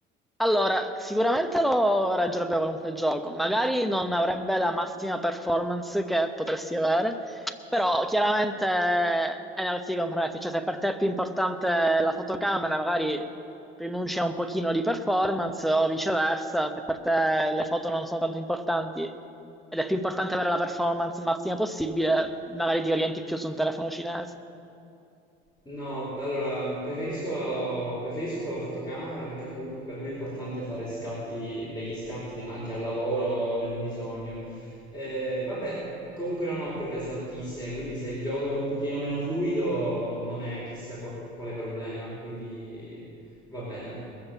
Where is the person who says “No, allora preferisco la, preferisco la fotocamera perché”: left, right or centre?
Left